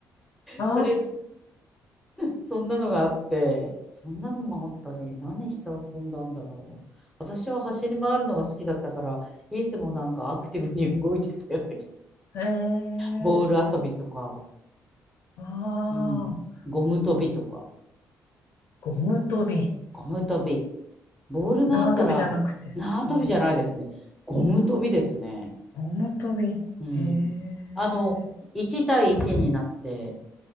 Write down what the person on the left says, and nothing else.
あ
ー、ええ
ああ、
ゴム跳び、
縄跳びじゃなくて。
うん
ゴム跳び。へえ。